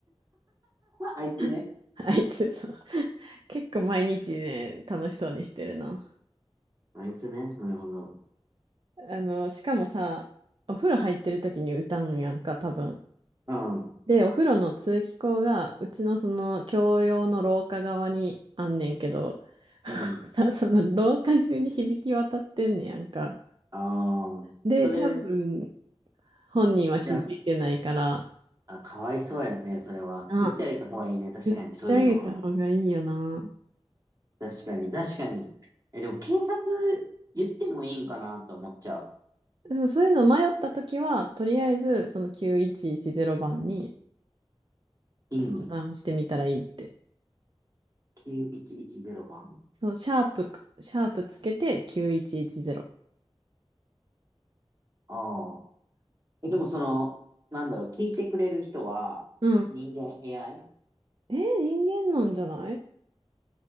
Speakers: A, on the right (about 35°); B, on the right (about 50°).
A: ああいつね。
B: <laughs> あいつ、そう。結構毎日ね、楽しそうにしてるな。
A: あいつね。なるほど。
B: あの、しかもさ、お風呂入ってる時に歌うんやんか、多分。
A: うん。
B: で、お風呂の通気口が、うちのその、共用の廊下側にあんねんけど、<laughs>
A: うん。
B: さ、その廊下中に響き渡ってんねやんか。
A: ああ、
B: で、
A: それ、
B: 多分、本人は気づいてないから、
A: 知らん。あ、かわいそうやね、それは。
B: あ、
A: 言ってあげた方がいいね、確かに、
B: 言ってあげた方がいいよな。
A: そういうのは。確かに、確かに。え、でも警察言ってもいいんかなと思っちゃう。
B: そう、そういうの迷った時は、とりあえず、その9110番に、
A: いいん
B: 相談してみたらいいって。
A: ?9110 番。
B: そう、シャープ、シャープつけて9110。
A: ああ。え、でもその、なんだろう、聞いてくれる人は人間
B: うん。
A: AI?
B: えー、人間なんじゃない